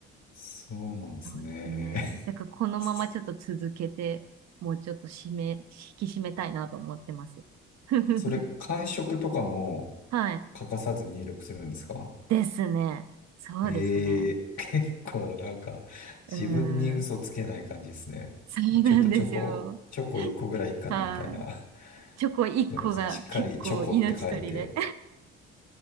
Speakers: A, on the left; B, on the right.
A: そうなんですね。
B: そうですね。だからこのままちょっと続けて、
A: <laughs>
B: もうちょっと締め、引き締めたいなと思ってます。<laughs>
A: それ、感触とかも
B: はい。
A: 欠かさず入力するんですか
B: ですね。そうですね。
A: ええ <laughs> 結構なんか自分に嘘つけない感じですね。
B: うん。<laughs> そうなんですよ。
A: もうちょっとチョコ、チョコ1個ぐらいいいかなみたいな。
B: はい。チョコ1個が結構命取りで。
A: <laughs> でもしっかりチョコって書いて。